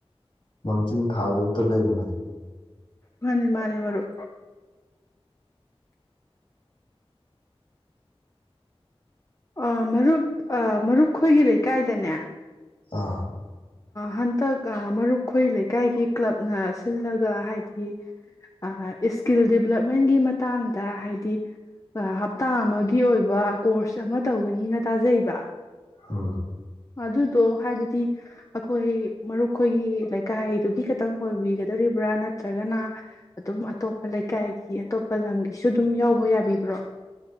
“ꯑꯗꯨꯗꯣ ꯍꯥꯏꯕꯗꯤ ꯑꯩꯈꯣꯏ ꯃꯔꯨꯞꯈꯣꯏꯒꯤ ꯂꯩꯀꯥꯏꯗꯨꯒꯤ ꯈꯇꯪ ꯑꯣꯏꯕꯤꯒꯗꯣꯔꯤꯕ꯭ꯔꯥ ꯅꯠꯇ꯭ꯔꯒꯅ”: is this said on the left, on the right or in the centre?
Left